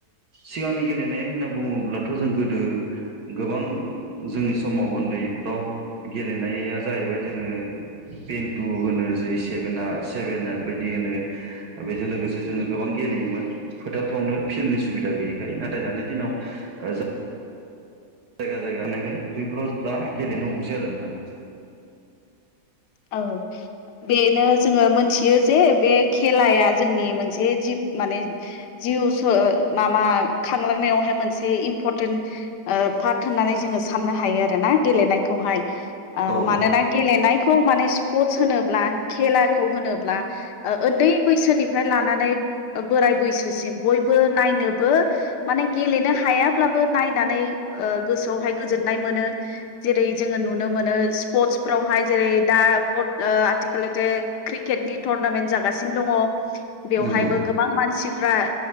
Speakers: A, on the right (about 60°); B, on the left (about 70°).
A: सिगांनि गेलेनाय होनना बुङोब्लाथ' जों गोदो गोबां जोंनि समाव उन्दैफ्राव गेलेनाया जाहैबाय जोङो पिन्तु होनो जै सेभेना सेभेन बायदि होनो। बेजों लोगोसे जोङो गोबां गेलेयोमोन। फोथारफ्रावनो फिल्डनि सुबिदा गैयैखाय नाथाय दानि दिनाव जायगा जायगा थानायखाय बैफोराव दा गेलेनो हमसै आरो दा
B: औ बेनो जोङो मोनथियो जे बे खेलाया जोंनि मोनसे जिब माने जिउ माबा खांलांनायावहाय मोनसे इम्परटेन्ट पार्ट होननानै जोङो साननो हायो आरोना गेलेनायखौहाय
A: औ
B: मानोना गेलेनाय खौ माने स्पर्टस होनोब्ला खेलाखौ होनोब्ला उन्दै बैसोनिफ्राय लानानै बोराय बैसोसिम बयबो नायनोबो माने गेलेनो हायाब्लाबो नायनानै गोसोआवहाय गोजोननाय मोनो। जेरै जोङो नुनो मोनो स्पर्टसफ्रावहाय जेरै दा आथिखालावथे क्रिकेटनि टुरनामेन्ट जागासिनो दङ बेवहायबो
A: नंगौ
B: गोबां मानसिफ्रा